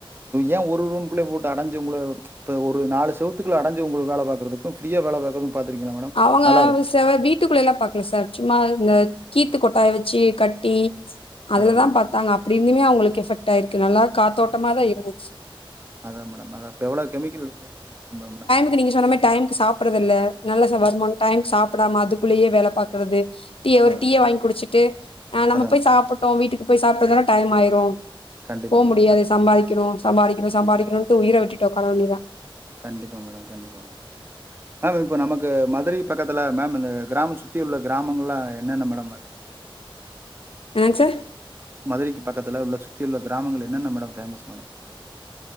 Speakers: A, on the right; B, on the left.
A: ஏ ஒரு ரூம்குள்ளயே போட்டு அடஞ்ச உங்கள இப்ப ஒரு நாலு செவத்துக்கள அடஞ்சு உங்கள வேல பாக்குறதுக்கு ஃப்ரீயா வேல பாக்குற பாத்துருக்கிங்ளா மேடம்
B: அவங்க
A: நல்லாருக்கு.
B: செல வீ ட்டுக்குள்ள எல்லா பாக்கல சார் சும்மா இந்த கீத்து கொட்டாய வெச்சு கட்டி அதுலதா
A: அதான் மேடம்.
B: பாத்தாங்க அப்டி இந்துமே அவங்களுக்கு எஃபெக்ட் ஆயிருக்கு நல்லா காத்தோட்டமாதா இருந்துச்சு
A: அதா மேடம் அதா அப்ப எவ்ளோ கெமிக்கல் ம மேடம்
B: இல்ல நீங்க சொன்ன மாரி டைமுக்கு சாப்றது இல்ல நல்லா சா வருமான்
A: அதுக்கு.
B: டைமுக்கு சாப்புடாம அதுக்குள்ளயே வேல பாக்குறது டீய ஒரு
A: அதான்
B: டீய வாங்கி குடிச்சுட்டு ஆ நம்ம
A: அதான்
B: போய்
A: மேம்.
B: சாப்புட்டோ வீட்டுக்கு போய் சாப்ட்டு வந்தோனா டைம் ஆயிரு
A: கண்டிப்பா
B: போ
A: மேடம்.
B: முடியாது சம்பாதிக்கணு சம்பாதிக்கணு சம்பாதிக்கணுன்ட்டு உயிர விட்டுட் உக்கார வேண்டியதா
A: கண்டிப்பா மேடம் கண்டிப்பா மேடம் மேம் இப்ப நமக்கு மதுரை பக்கத்துல மேம் இந்த கிராம சுத்தி உள்ள கிராமங்கள்லா என்னென்ன மேடம் அது
B: என்னங்க சார்
A: மதுரைக்கு பக்கத்துல உள்ள சுத்தியுள்ள கிராமங்கள் என்னென்ன மேடம் ஃபேமஸ் மேடம்